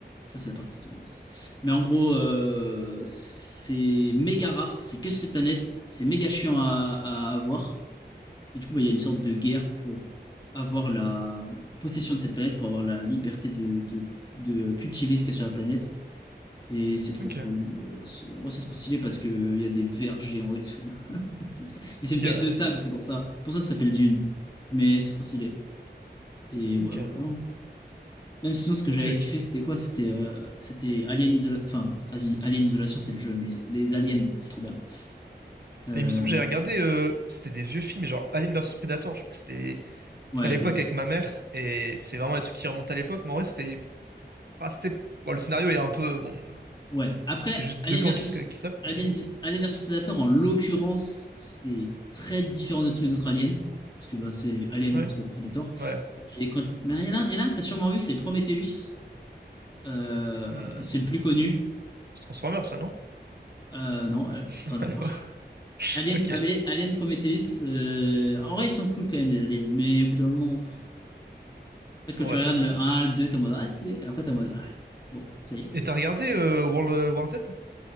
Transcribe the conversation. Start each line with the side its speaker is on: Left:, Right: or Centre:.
Left: ça c'est la partie du mince. Mais en gros, euh, c'est méga rare. C'est que cette planète, c'est méga chiant à, à avoir. Et du coup, bah, il y a une sorte de guerre pour avoir la possession de cette planète, pour avoir la liberté de de- de cultiver ce qu'il y a sur la planète. Et c'est trop
Right: Ok,
Left: cool. Euh, c'est- En vrai, c'est trop stylé parce qu'il y a des vers géants et tout. <laughs> C'est trop- Mais c'est
Right: ok,
Left: une planète
Right: ouais.
Left: de sable, c'est pour ça. C'est pour ça que ça s'appelle Dune. Mais c'est trop stylé. Et ouais,
Right: Ok,
Left: voilà. hein. Même sinon, ce que
Right: ok,
Left: j'avais kiffé,
Right: ok.
Left: c'était quoi? C'était euh, c'était Alien Isolation. Enfin, vas-y, Alien Isolation, c'est le jeu, mais les aliens, c'est trop bien. Euh,
Right: Et il me semble que j'avais regardé, euh, c'était des vieux films, mais genre Alien vs Predator, je crois que c'était
Left: Ouais,
Right: c'était à l'époque
Left: bon,
Right: avec ma mère, et c'est vraiment un truc qui remonte à l'époque, mais en vrai, c'était. pas c'était. Bon, le scénario est un peu. Bon, euh,
Left: Ouais. Après,
Right: c'est juste deux
Left: Alien
Right: camps
Left: versus
Right: qui se, qui se tapent,
Left: Alien,
Right: mais.
Left: Alien versus Predator, en l'occurrence, c'est très différent de tous les autres aliens. Parce que bah, c'est Alien
Right: Ouais,
Left: contre Predator.
Right: ouais.
Left: Et quand- Mais il y en a, il y en a un que t'as sûrement vu, c'est Prometheus. Euh,
Right: Hmm.
Left: c'est le plus connu.
Right: C'est Transformers, ça, non?
Left: Euh, non, euh,
Right: <laughs>
Left: rien à
Right: Alors,
Left: voir. <laughs> Alien,
Right: ok.
Left: Alien, Alien Prometheus. euh, En vrai, ils sont cool quand même, les aliens. Mais au bout d'un moment, pff, en fait, quand
Right: Bon,
Left: tu
Right: ouais,
Left: regardes
Right: de toute façon.
Left: le un,
Right: euh.
Left: le 2 t'es en mode ah, stylé. Après, t'es en mode ah, bon, ça y est, quoi.
Right: Et t'as regardé euh, World euh, War Z?